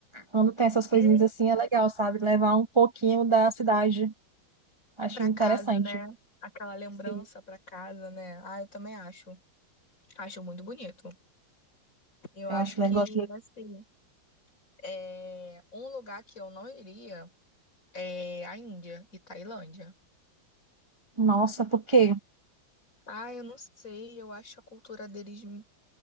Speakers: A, on the right; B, on the left.
A: Quando tem essas coisinhas
B: Hum,
A: assim, é legal, sabe? Levar um pouquinho da cidade. Acho
B: pra
A: interessante.
B: casa, né? Aquela lembrança
A: Sim,
B: pra casa, né? Ah, eu também acho. Acho muito bonito. Eu
A: eu
B: acho
A: acho legal.
B: que, assim, É, um lugar que eu não iria é a Índia e Tailândia.
A: Nossa, por quê?
B: Ah, eu não sei, eu acho a cultura deles hum,